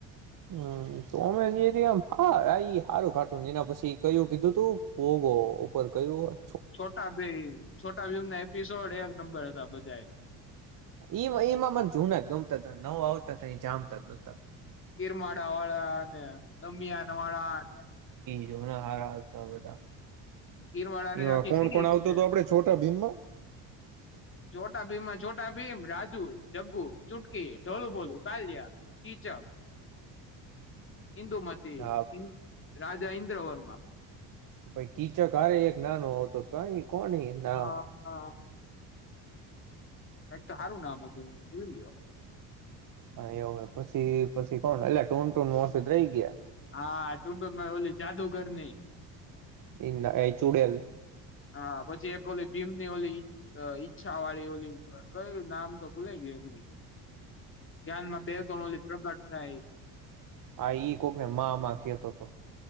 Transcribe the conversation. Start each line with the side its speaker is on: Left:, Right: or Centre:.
Right: હમ તો મેન જેરી હા હારું કાર્ટૂન એના પછી કયું કીધું તું પોગો ઉપર કયું
Left: છોટા ભીમ છોટા ભીમના એપિસોડ એક નંબર હતા બ જાય.
Right: ઈવ ઈમા મન જુના ગમતા હતા નવ આવતા હતા એ જામતા જહતા.
Left: ગિરમાડા વાળા અને દમિયાન વાળા અને.
Right: જેના હારાઆવતા બધા
Left: કીરવાળ ને
Right: એમાં
Left: આખી
Right: કોણ
Left: સીડી
Right: કોણ આવતું
Left: છે
Right: હતું આપડે છોટા ભીમમાં
Left: ચોટા ભીમાં માં ચો ટા ભીમ રાજુ જગ્ગુ ચુટકી ઢોલું બોલું કાલ્યા કિચક. હિન્દૂ મતિ
Right: હા
Left: હીન રાજા ઇન્દ્ર વર્મા.
Right: ભઈ કીચક હારે એક નાનો આવતો કઈ કોણ એ નામ
Left: હા કઈક તો હારું નામ હતું એમ ભૂલી ગયો
Right: હા એવું હોય પછી પછી કોણ એટલે ટૂન ટૂન મોસદ રહી ગયા.
Left: હા ટુન ટુન ન ઓલી જાદુગર ની
Right: એના અઈ ચૂડેલ
Left: હા પછી એક ઓલી ભીમની ઓલી ઈચ્છા વાળી ઓલી કયું નામ તો ભૂલા ગય ની. ધ્યાનમાં બે તન ઓલી પ્રગટ થાય
Right: હા ઈ કોક ને મામાં કેતો તો.